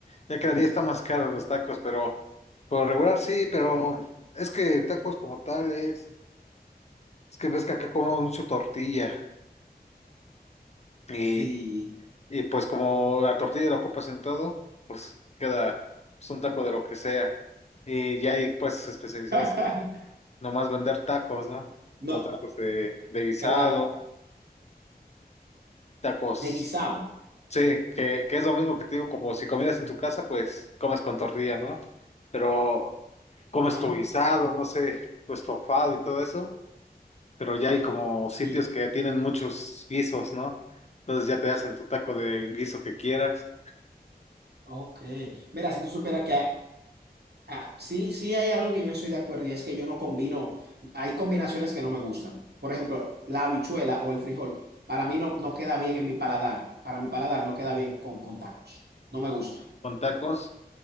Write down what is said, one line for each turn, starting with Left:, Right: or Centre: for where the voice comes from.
Left: Ya cada día está más caros los tacos, pero por lo regular sí, pero es que tacos como tal es, es que ves que acá comemos mucho tortilla y,
Right: sí.
Left: y pues como la tortilla la ocupas en todo, pues queda pues, un taco de lo que sea. Y ya hay puestos especializados
Right: <laughs>
Left: en nomás vender tacos, ¿no?
Right: No,
Left: Como tacos de, de guisado,
Right: claro,
Left: tacos
Right: de guisado.
Left: Sí, que, que es lo mismo que te digo, como si comieras en tu casa, pues comes con tortilla, ¿no? Pero comes
Right: Ah,
Left: tu guisado, no sé, tu estofado y todo eso, pero ya hay como sitios
Right: sí.
Left: que tienen muchos guisos, ¿no? Entonces ya te hacen tu taco de guiso que quieras,
Right: Ok. Mira, si tú supieras que Ah, sí, sí hay algo que yo no estoy de acuerdo y es que yo no combino, hay combinaciones que no me gustan. Por ejemplo, la habichuela o el frijol, para mí no, no queda bien en mi paladar, para mi paladar no queda bien con, con tacos, no me gusta,
Left: con tacos.